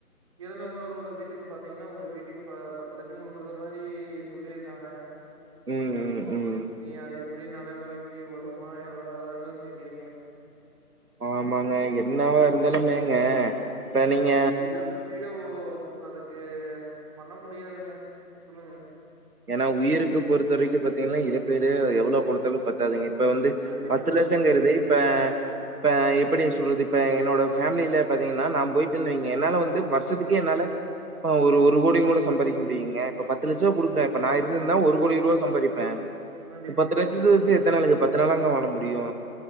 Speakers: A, on the right; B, on the right.
A: இறந்தவங்களோட வீட்டுக்கு பாத்தீங்கனா ஒரு வீட்டுக்கு ப பத்து லட்ச குடுக்குறத மாரி சொல்லியிருக்காங்க
B: ம் ம் ம்
A: இனி அது எப்டி நடமுறைக்கி வருமா வராதாங்கறது தெரிலீங்க
B: ஆமாங்க என்னாவா இருந்தாலுமேங்க இப்ப நீங்க
A: இழப்பீடோ அதுக்கு பண்ண முடியாதுங்க சொல்லுங்க
B: ஏன்னா உயிருக்கு பொறுத்த வரைக்கு பாத்தீங்கனா இழப்பீடே எவ்ளோ குடுத்தாலு பத்தாதீங்க இப்ப வந்து
A: கண்டிப்பாங்க,
B: பத்து லட்சங்கருது
A: கண்டிப்பாங்க.
B: இப்ப இப்ப எப்டி சொல்றது இப்ப என்னோட ஃபேமிலில பாத்தீங்கனா நா போயிட்டே வைங்க என்னால வந்து வர்ஷத்துக்கே
A: சரிங்க.
B: என்னால ஒரு ஒரு கோடிங் கூட சம்பாதிக்க முடியுங்க இப்ப பத்து லட்சோ குடுக்க இப்ப நா இருந்துருந்தா ஒரு கோடி ரூவா சம்பாதிப்பே
A: கண்டிப்பாங்க,
B: பத்து
A: கண்டிப்பாங்க.
B: லட்சத்து வெச்சு எத்த நாளுக்கு பத்து நாளாங்க வாழ முடியு